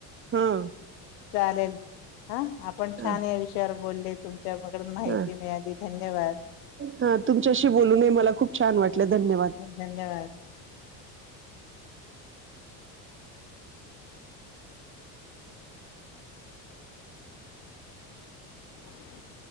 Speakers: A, on the right; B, on the left.
A: हां
B: चालेल, हा आपण
A: हा
B: छान या विषयावर बोलले तुमच्या कडून माहिती
A: हा
B: मिळाली. धन्यवाद!
A: हा, तुमच्याशी बोलूनही मला खूप छान वाटलं धन्यवाद!
B: धन्यवाद <unintelligible>